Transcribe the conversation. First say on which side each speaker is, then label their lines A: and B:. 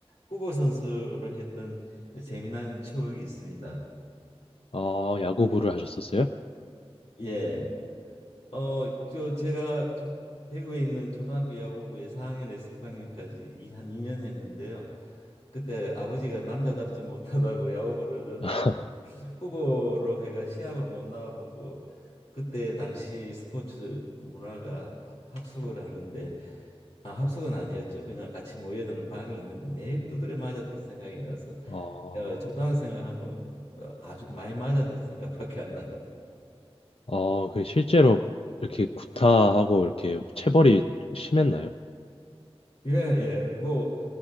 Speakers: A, on the left; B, on the left.
A: 후보 선수로 했던 재미난 추억이 있습니다.
B: 어, 야구부를 하셨었어요?
A: 예. 어, 저 제가 저, 대구에 있는 초등학교 야구부에 4학년에서 6학년까지 이 한 2년 했는데요. 그때 아버지가 남자답지 못하다고 <laughs> 야구부를 넣는
B: <laughs>
A: 후보로 해가 시합은 못 나와보고 그때 당시 스포츠 문화가 하- 합숙을 하는데 아, 합숙은 아니었죠. 그냥 같이 모여드는 방이 있는데 매일 두드려 맞았던 생각이 나서
B: 어,
A: 어, 초등학생을 하면 어, 아주 많이 맞았던 생각밖에 안 나요. <laughs>
B: 어, 그 실제로 이렇게 구타하고 이렇게 체벌이 심했나요?
A: 예, 예. 뭐